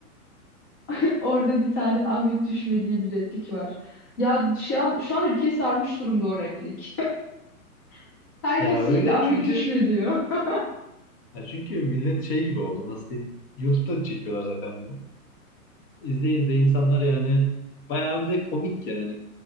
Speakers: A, on the left; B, on the left.
A: <laughs> Orada bir tane Ahmet düşme diye bir replik var. Ya şu an, şu an ülkeyi sarmış durumda o replik. <laughs> Herkes
B: Ya öyle
A: sürekli Ahmet
B: çünkü
A: düşme diyor. <laughs>
B: ya çünkü millet şey gibi oldu nasıl diyeyim. YouTube'da çekiyorlar zaten bunu. İzleye izleye insanlar yani bayağı bir de komik yani.